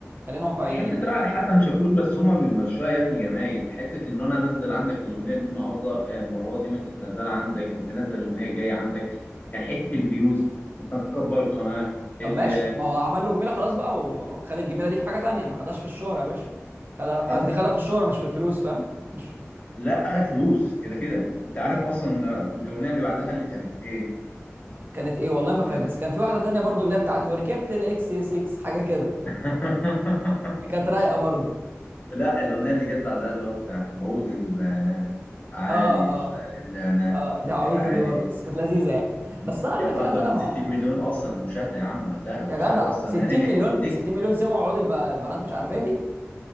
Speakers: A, on the right (about 40°); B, on the left (about 35°).
A: خلينا واقعيين
B: الحته
A: يعني
B: بتاع على حسن شاكوش بس هما بيمشوها يا ابني جمايل حته ان انا انزل عندك الاغنيه دي النهارده آه، المره دي وانت تنزلها عندك انت تنزل الاغنيه الجايه عندك عشان حته الفيوز انت تكبر القناه
A: طب
B: ال
A: ماشي ما هو عمل له جميله خلاص بقى
B: <laughs>
A: وخد الجميله دي في حاجه تانيه ما خدهاش في الشهره يا باشا خدها
B: خدها
A: قصدي خدها في الشهره مش في الفلوس فاهم مش
B: لا خد فلوس كده كده انت عارف اصلا الاغنيه اللي بعدها اللي كانت ايه
A: كانت ايه والله ما
B: آه.
A: فاكر بس كان في واحده تانية برضو اللي هي بتاعت وركبت الاكس اي 6 حاجه كده
B: <laughs>
A: دي كانت رايقه برضو
B: لا الاغنيه اللي جت بعدها اللي هو بتاعت عود البنات عالي
A: اه
B: سالب
A: اه
B: لنا
A: اه دي عبيطه
B: حالي
A: دي برضو بس كانت لذيذه يعني بس انا
B: جابت
A: الفكره
B: اكتر
A: ان انا
B: من
A: ما
B: 60 مليون اصلا مشاهده يا عم وقتها
A: يا
B: بسبب
A: جدع
B: اصلا
A: 60
B: انها نجحت
A: مليون
B: نج...
A: 60 مليون سمعوا عقود الب... البنات مش عارف ايه دي